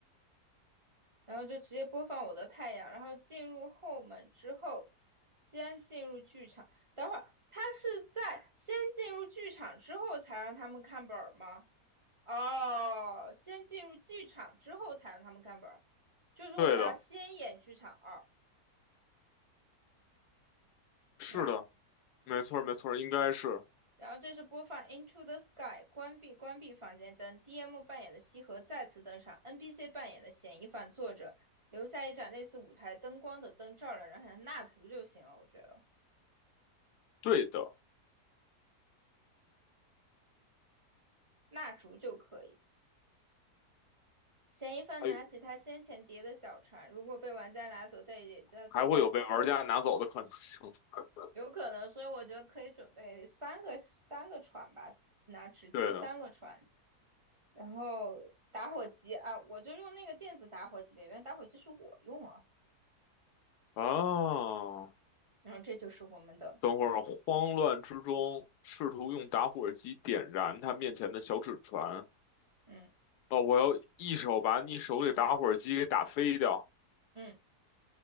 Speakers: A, on the right (about 25°); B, on the left (about 80°).
A: 然后就直接播放我的太阳，然后进入后门之后，先进入剧场。等会儿，他是在先进入剧场之后才让他们看本儿吗？哦，先进入剧场之后才让他们看本儿，就是我们要先演剧场二，
B: 对的，是的，
A: 对吧？
B: 没错儿，没错儿，应该是
A: 然后这是播放《Into the Sky》，关闭关闭房间灯，DM 扮演的西河再次登场，NPC 扮演的嫌疑犯坐着，留下一盏类似舞台灯光的灯照亮人海，蜡烛就行了，我觉得
B: 对的。
A: 蜡烛就可以。嫌疑犯拿起他先前叠的小船，
B: 哎，
A: 如果被玩家拿走，但也在坐在荒
B: 还会有被玩家拿走的可能性。<laughs>
A: 有可能，所以我觉得可以准备三个三个船吧，拿纸叠三个船，
B: 对的
A: 然后打火机啊，我就用那个电子打火机呗，原来打火机是我用啊，
B: 啊，
A: 然后这就是我们的，
B: 等会儿慌乱之中试图用打火机点燃他面前的小纸船。
A: 嗯
B: 哦，我要一手把你手里打火机给打飞掉。
A: 嗯，